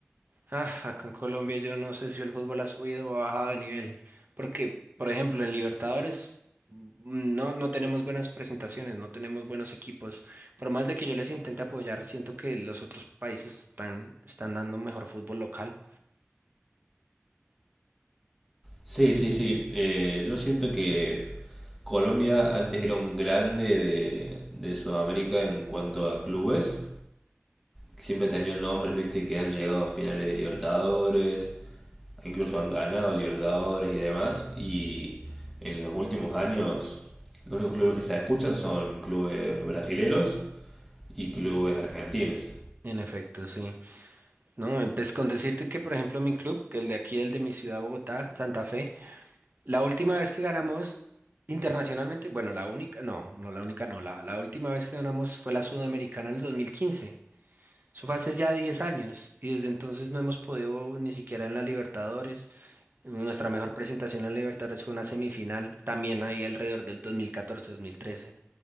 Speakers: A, on the right (about 45°); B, in the centre.
A: Ah, acá en Colombia yo no sé si el fútbol ha subido o ha bajado de nivel, porque, por ejemplo, en Libertadores mm, no, no tenemos buenas presentaciones, no tenemos buenos equipos. Por más de que yo les intente apoyar, siento que los otros países están, están dando mejor fútbol local.
B: Sí, sí, sí. Eh, yo siento que Colombia antes era un grande de, de Sudamérica en cuanto a clubes. Siempre tenían nombres, viste, que han llegado a finales de Libertadores, incluso han ganado Libertadores y demás. Y en los últimos años, los únicos clubes que se escuchan son clubes brasileros y clubes argentinos.
A: En efecto, sí. No, eh, pues con decirte que, por ejemplo, mi club, que el de aquí, el de mi ciudad, Bogotá, Santa Fe, la última vez que ganamos internacionalmente, bueno, la única, no, no la única, no, la, la última vez que ganamos fue la Sudamericana en el 2015. Eso fue hace ya 10 años y desde entonces no hemos podido ni siquiera en la Libertadores. Nuestra mejor presentación en la Libertadores fue una semifinal, también ahí alrededor del 2014-2013.